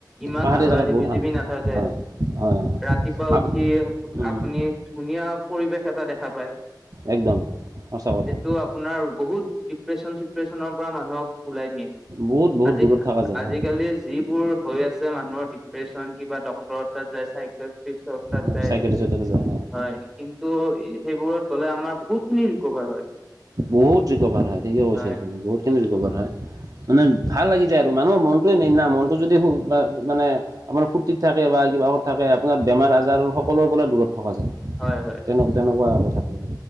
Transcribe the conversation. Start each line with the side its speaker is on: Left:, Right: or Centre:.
Centre: ইমান
Right: পাহাৰীয়া
Centre: হাল্লা
Right: জেগাত
Centre: হিবি
Right: বহুত শান্তি
Centre: জিবি নাথাকে
Right: হয় হয় হয়
Centre: ৰাতি পুৱা
Right: আপ
Centre: উঠি
Right: উম,
Centre: আপুনি ধুনীয়া পৰিৱেশ এটা দেখা পায়।
Right: একদম সঁচা কথা
Centre: যিটো আ পোনাৰ বহুত ডিপ্ৰেশচন চিপ্ৰেশচনৰ পৰা মানুহক ওলাই নিয়ে।
Right: বহুত বহুত
Centre: আজি
Right: দূৰত থকা
Centre: -
Right: যায়
Centre: আজি
Right: হয়
Centre: কালি যিবোৰ হৈ আছে মানুহৰ ডিপ্ৰেশচন কিবা ডক্তৰৰ তাত যায় চাইছে তাত
Right: হয়
Centre: যায়
Right: চাইকেলে চাইকেলে যায়
Centre: হয়। কিন্তু সেইবোৰত গ'লে আমাৰ বহুত খিনি ৰিকভাৰ হয়।
Right: বহুত ৰিকভাৰ হয় ঠিকে কৈছে
Centre: হয়
Right: বহুতখিনি ৰিকভাৰ হয়। মানে ভাল লাগি যায় আৰু মানুহৰ মনটোৱে মেইন না মনটো যদি মানে আপোনাৰ ফূৰ্তিত থাকে বা কিবাত থাকে আপোনাৰ বেমাৰ আজাৰ সকলোৰে পৰা দূৰত থকা যায়।
Centre: হয় - হয়।
Right: তেনেকোৱা - তেনেকুৱা আৰু কথাটো।